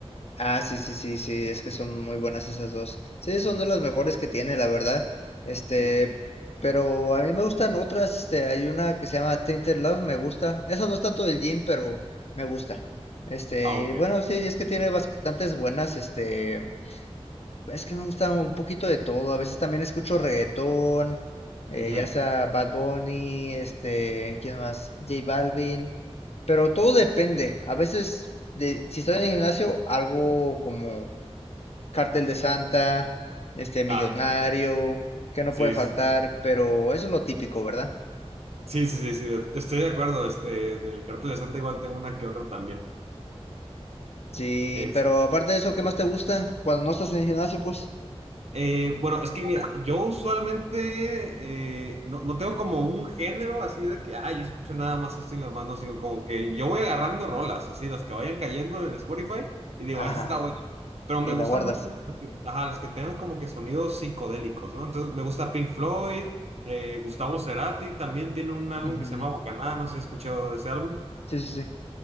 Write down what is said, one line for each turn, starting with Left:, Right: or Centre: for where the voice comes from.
Left: Ah, sí, sí, sí, sí, es que son muy buenas esas dos. Sí, son de las mejores que tiene, la verdad. Este,
Right: Ujú.
Left: pero a mí me gustan otras. Este, hay una que se llama Tainted Love, me gusta. Esa no es tanto del gym, pero me gusta. Este,
Right: Ah, ok.
Left: y bueno, sí, es que tiene bastantes buenas, este, es que me gusta un poquito de todo. A veces también escucho reggaetón, eh,
Right: Ujú.
Left: ya sea Bad Bunny, este, ¿quién más? J Balvin. Pero todo depende. A veces, de, si estoy en el gimnasio, algo como Cartel de Santa, este, Millonario,
Right: Ah,
Left: que no
Right: sí,
Left: puede faltar,
Right: sí. sí.
Left: pero eso es lo típico, ¿verdad?
Right: Sí, sí, sí, sí, estoy de acuerdo. Este, del cartel de Santa igual tengo una que otra también.
Left: Sí,
Right: Este,
Left: pero aparte de eso, ¿qué más te gusta? Cuando no estás en el gimnasio, pues,
Right: eh, bueno, es que mira, yo usualmente eh, no, no tengo como un género así de que, ah, yo escucho nada más este estilo de mano, sino como que yo voy agarrando rolas, así las que vayan cayendo en Spotify y digo,
Left: ajá,
Right: esta está buena. Pero me
Left: y
Right: gusta
Left: la guardas.
Right: mucho, las que- ajá, las que tengan como que sonidos psicodélicos, ¿no? Entonces me gusta Pink Floyd, eh, Gustavo Cerati también tiene un álbum
Left: Ujú,
Right: que se llama Bocanada, no sé si has escuchado ese álbum.
Left: Sí, sí, sí.